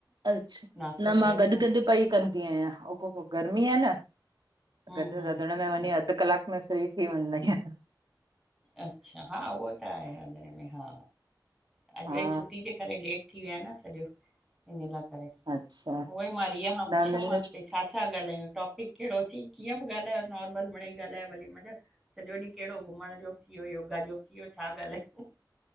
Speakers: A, on the right; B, in the centre.
A: अच्छा,
B: नाश्तो
A: न
B: ठाहे
A: मां गॾु
B: ॾिनो
A: गॾु पई कंदी आयां अगोपो गर्मी आ न
B: हम्म
A: गॾु
B: हम्म
A: रधिणे में वञी अधु कलाक में फ्री थी वञदा आयां
B: अच्छा हा उहो त आए हले हले हा अॼ
A: हा
B: वरी छुटी जे करे लेट थी विया न सॼो इन लाइ करे उहो
A: अच्छा
B: ई मां रीआ खां
A: न
B: पुछम
A: मुंहिंजो
B: मांस भई छा छा ॻाल्हायूं टॉपिक केड़ो अची कीअं बि ॻाल्हायो नॉर्मल मड़ेई ॻाल्हायो भली मा चो सॼो ॾींहं केड़ो घुमण जो यो यो गा जो बियो छा ॻाल्हायू